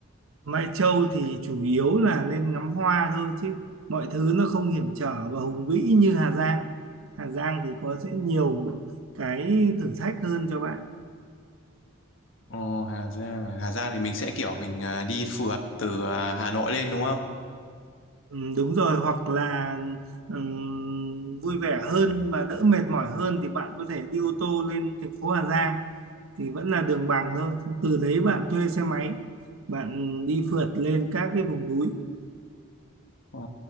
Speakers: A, on the right (about 85°); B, on the left (about 65°).
A: Mai Châu thì chủ yếu là lên ngắm hoa thôi chứ mọi thứ nó không hiểm trở và hùng vĩ như Hà Giang. Hà Giang thì có sẽ nhiều cái thử thách hơn cho bạn.
B: Ờ, Hà Giang à? Hà Giang thì mình sẽ kiểu mình à, đi phượt từ à, Hà Nội lên đúng không?
A: Ừ, đúng rồi hoặc là ừm, vui vẻ hơn và đỡ mệt mỏi hơn thì bạn có thể đi ô tô lên thành phố Hà Giang thì vẫn là đường bằng thôi Xong từ đấy bạn thuê xe máy bạn đi phượt lên các cái vùng núi
B: Ờ,